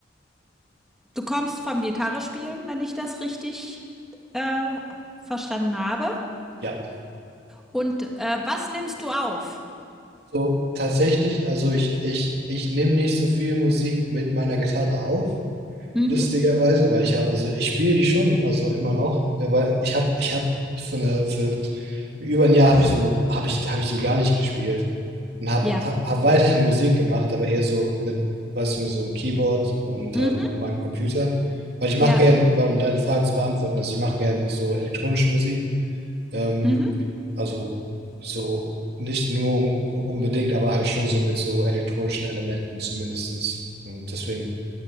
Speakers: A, in the centre; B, on the right.
A: Du kommst vom Gitarrespielen, wenn ich das richtig äh, verstanden habe.
B: Ja,
A: Und äh, was nimmst du auf?
B: So, tatsächlich, also ich, ich, ich nehme nicht so viel Musik mit meiner Gitarre auf,
A: Mhm.
B: lustigerweise, weil ich habe, also ich spiele die schon, also immer noch, ja, weil ich habe, ich habe für eine, für, für über ein Jahr habe ich so eine, habe ich, habe ich die gar nicht gespielt und habe
A: Ja.
B: hab, hab weiterhin Musik gemacht, aber eher so mit, weißt du, mit so einem Keyboard und
A: Mhm.
B: ähm, meinem Computer, weil ich mache
A: Ja.
B: gern, weil um deine Frage zu beantworten, also ich mache gern so elektronische Musik. Ähm,
A: Mhm.
B: also so nicht nur un unbedingt, aber halt schon so mit so elektronischen Elementen zumindestens. Und deswegen